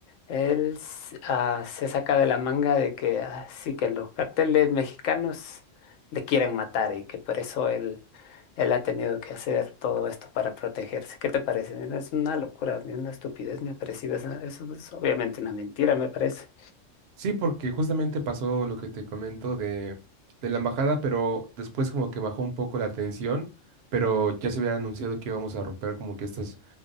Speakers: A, on the left (about 80°); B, on the right (about 60°).
A: él s- ah, se saca de la manga de que ah, sí, que los carteles mexicanos le quieren matar y que por eso él, él ha tenido que hacer todo esto para protegerse. ¿Qué te parece? Mira, Es una locura, a mí una estupidez me ha parecido. Eso eso es obviamente una mentira, me parece.
B: Sí, porque justamente pasó lo que te comento de, de la embajada, pero después como que bajó un poco la tensión, pero ya se había anunciado que íbamos a romper como que estas